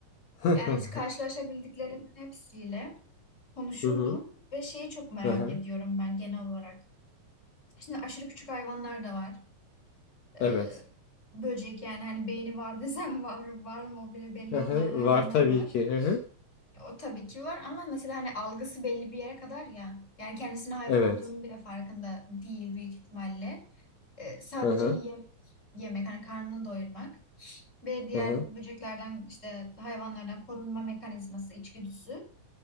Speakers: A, on the left; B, on the left.
A: <laughs> Hı
B: Yani hiç karşılaşabildiklerim hepsiyle. konuşurdum
A: hı.
B: ve şeyi çok merak
A: Hı hı.
B: ediyorum ben genel olarak. Şimdi aşırı küçük hayvanlar da var. Ee,
A: Evet.
B: böcek yani hani beyni var <laughs> desem var, var mı o bile belli
A: Hı
B: olmayan
A: hı.
B: hayvanlar
A: Var tabii
B: var.
A: ki. Hı hı.
B: Ya, O tabii ki var ama mesela hani algısı belli bir yere kadar ya. Yani kendisinin hayvan
A: Evet.
B: olduğunun bile farkında değil büyük ihtimalle. Ee, sadece
A: Hı hı.
B: yem- yemek hani karnını doyurmak ve diğer
A: Hı hı.
B: böceklerden işte hayvanlardan korunma mekanizması, içgüdüsü.